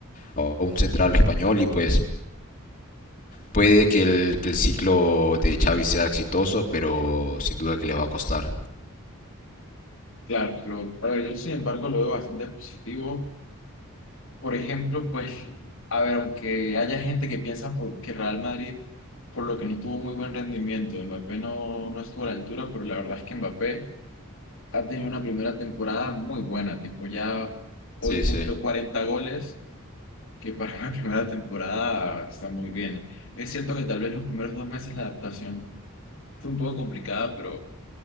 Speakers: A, on the left (about 40°); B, on the left (about 65°).
A: a un central español, y pues puede que el, que el ciclo de Xavi sea exitoso, pero sin duda que le va a costar.
B: claro. Lo- a ver, yo sin embargo lo veo bastante positivo. Por ejemplo, pues, a ver, aunque haya gente que piensa por- que Real Madrid, por lo que no tuvo muy buen rendimiento, Mbappé no, no estuvo a la altura, pero la verdad es que Mbappé ha tenido una primera temporada muy buena, tipo ya hoy
A: Sí, sí,
B: cumplió 40 goles que para una <laughs> primera temporada está muy bien. Es cierto que tal vez los primeros dos meses la adaptación fue un poco complicada, pero